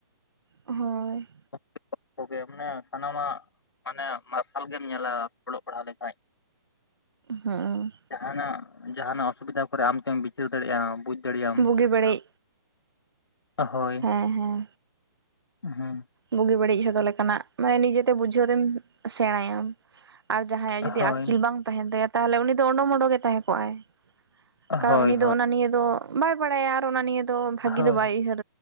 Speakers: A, on the right; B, on the left.
A: ᱦᱳᱭ
B: <inaudible> ᱜᱮ ᱢᱟᱱᱮ ᱥᱟᱱᱟᱢᱟᱜ ᱢᱟᱱᱮ ᱢᱟᱨᱥᱟᱞ ᱜᱮᱢ ᱧᱮᱞᱟ ᱚᱞᱚᱜ ᱯᱟᱲᱦᱟᱜ ᱞᱮᱠᱷᱟᱡ
A: ᱦᱮᱸ
B: ᱡᱟᱦᱟᱱᱟᱜ ᱡᱟᱦᱟᱱᱟᱜ ᱚᱥᱩᱵᱤᱫᱷᱟ ᱠᱚᱨᱮ ᱟᱢᱛᱮᱢ ᱵᱤᱪᱟᱹᱨ ᱫᱟᱲᱮᱭᱟᱜᱼᱟ ᱵᱩᱡᱽ ᱫᱟᱲᱮᱭᱟᱜ
A: ᱵᱩᱜᱤ ᱵᱟᱹᱲᱤᱡ
B: ᱦᱳᱭ
A: ᱦᱮᱸ ᱦᱮᱸ
B: ᱦᱮᱸ
A: ᱵᱩᱜᱤ ᱵᱟᱹᱲᱤᱡ ᱡᱷᱚᱛᱚ ᱞᱮᱠᱟᱱᱟᱜ ᱢᱟᱱᱮ ᱱᱤᱡᱮᱛᱮ ᱵᱩᱡᱷᱟᱹᱣ ᱛᱮᱢ ᱥᱮᱬᱟᱭᱟᱢ ᱟᱨ ᱡᱟᱦᱟᱸᱭᱟᱜ
B: ᱦᱳᱭ,
A: ᱡᱩᱫᱤ ᱟᱹᱠᱤᱞ ᱵᱟᱝ ᱛᱟᱦᱮᱱ ᱛᱟᱭᱟ ᱛᱟᱦᱚᱞᱮ ᱩᱱᱤ ᱫᱚ ᱚᱰᱩᱢ ᱚᱰᱚᱠᱮ ᱛᱟᱦᱮᱸ ᱠᱚᱜᱼᱟᱭ
B: ᱦᱳᱭ,
A: ᱠᱟᱨᱚᱱ ᱩᱱᱤ
B: ᱦᱳᱭ,
A: ᱫᱚ ᱚᱱᱟ ᱱᱤᱭᱮ ᱫᱚ ᱵᱟᱭ ᱵᱟᱲᱟᱭᱟ ᱟᱨ ᱚᱱᱟ ᱱᱤᱭᱮ ᱫᱚ ᱵᱷᱟᱹᱜᱤ
B: ᱦᱳᱭ,
A: ᱫᱚ ᱵᱟᱭ ᱩᱭᱦᱟᱹᱨ